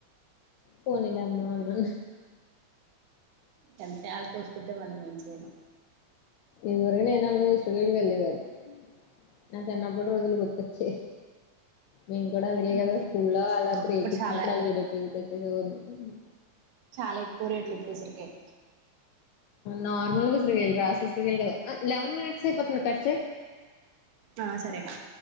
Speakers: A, on the left; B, on the right.
A: పోనీ లేమ్మా అన్నా
B: టెంకాయిల్ కోసుకుంటే మళ్ళ <unintelligible> ేనా
A: ఇదివరకు నేను <unintelligible> వెళ్ళదాన్ని నా చిన్నప్పటి రోజులు గుర్తొచ్చాయ్ మేము కూడా అలాగే
B: హ్మ్.
A: కదా స్కూల్లో అలా బ్రేక్
B: ఇప్పుడు
A: ఇచ్చినప్పుడు
B: చాలా
A: అలాగే లేపి తెచ్చేసిం మ్మ్
B: చాలా ఎక్కువ రేట్లు ఇప్పుడు ఉసిరికాయ్
A: నార్మల్ ఉసిరికాయలు కాసు ఉసిరికాయలు కాదు సే <unintelligible> కచ్చే
B: ఆ సరే అక్క